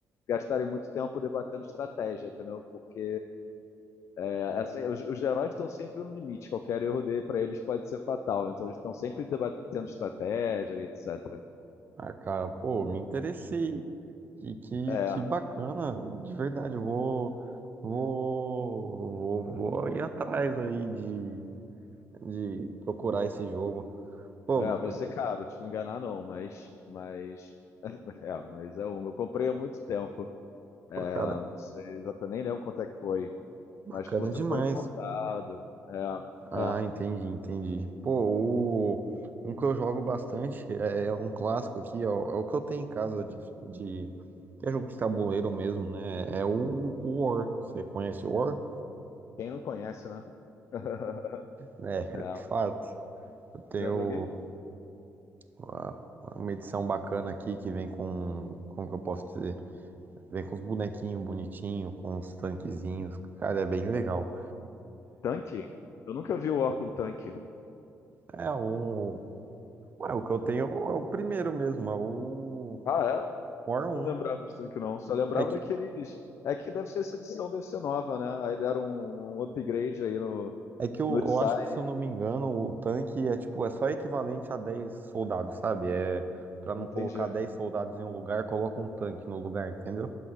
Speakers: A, on the left (about 55°); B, on the right (about 35°).
A: gastarem muito tempo debatendo estratégia, entendeu? Porque é, é assim, os, os heróis estão sempre no limite, qualquer erro dele para eles pode ser fatal, então eles estão sempre debatendo estratégia e etc.
B: Ah, cara, pô, me interessei. E que,
A: É,
B: que bacana, de verdade, eu vou, vou, vou, vou ir atrás aí de, de procurar esse jogo. Pô,
A: é, vai ser caro, te enganar não, mas, mas, <laughs> é, mas é uma. Eu comprei há muito tempo, é,
B: pô, cara,
A: não sei, exatamente, nem lembro quanto é que foi,
B: bacana
A: mas puta,
B: demais.
A: foi importado, é,
B: Ah,
A: é,
B: entendi, entendi. Pô, o, um que eu jogo bastante é é um clássico aqui, é o, é o que eu tenho em casa de, de, que é jogo de tabuleiro mesmo, né? É o, o War. Você conhece o War?
A: quem não conhece, né? <laughs>
B: É, <laughs>
A: É,
B: de fato. Eu tenho.
A: já joguei
B: Uma uma edição bacana aqui que vem com, como que eu posso dizer? Vem com os bonequinhos bonitinhos, com os tanquezinhos, cara, é bem legal.
A: tanque, eu nunca vi o War com tanque.
B: É o, é, o que eu tenho é o primeiro mesmo, é o
A: Ah, é?
B: War
A: Não
B: um
A: lembrava disso tanque não. Só lembrava
B: É que,
A: daqueles. É que deve ser essa edição, deve ser nova, né? Aí deram um, um upgrade aí no,
B: é que eu,
A: no design.
B: eu acho que, se eu não me engano, o tanque é tipo, é só equivalente a 10 soldados, sabe? É pra não
A: Entendi.
B: colocar 10 soldados em um lugar, coloca um tanque no lugar, entendeu?